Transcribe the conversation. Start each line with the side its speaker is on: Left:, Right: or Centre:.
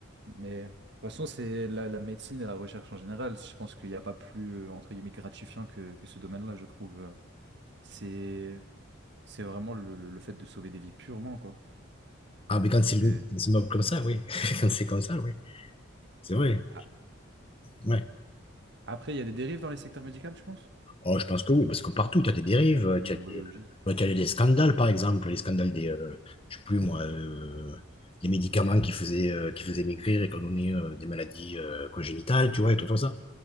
Right: Mais de toute façon, c'est la, la médecine et la recherche en général. Je pense qu'il n'y a pas plus, euh, entre guillemets, gratifiant que, que ce domaine-là, je trouve. Euh, C'est c'est vraiment le, le le fait de sauver des vies purement, quoi.
Left: Ah, mais quand
Right: C'est
Left: c'est lourd- c'est noble comme ça, oui. <laughs> Quand c'est comme ça, oui. C'est vrai.
Right: A-
Left: Ouais.
Right: Après, il y a des dérives dans les secteurs médicaux, tu penses?
Left: Oh, je pense que oui, parce que partout, tu as des dérives,
Right: Euh,
Left: tu as
Right: biologiste.
Left: des, bah, tu as des scandales, par exemple, les scandales des, euh, je sais plus moi, euh, les médicaments qui faisaient, euh, qui faisaient maigrir et qui ont donné euh, des maladies euh, congénitales, tu vois, et trucs comme ça.